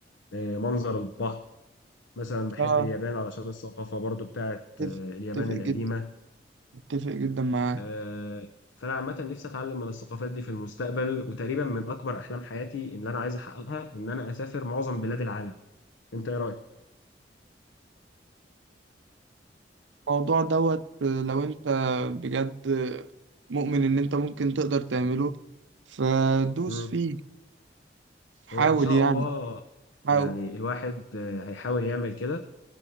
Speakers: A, on the left; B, on the right.
A: آه، منظر البحر مثلا بحب
B: اه
A: اليابان علشان الثقافه برضو بتاعت
B: اتفق
A: آه، اليابان
B: اتفق
A: القديمه
B: جدا اتفق جدا معاك
A: آه، فانا عامه نفسي اتعلم من الثقافات دي في المستقبل وتقريبا من اكبر احلام حياتي ان انا عايز احققها ان انا اسافر معظم بلاد العالم انت ايه رايك
B: الموضوع دوت آه، لو انت بجد آه، مؤمن ان انت ممكن تقدر تعمله فدوس
A: مم.
B: فيه حاول
A: هو ان شاء
B: يعني
A: الله
B: حاول
A: يعني الواحد آه، هيحاول يعمل كده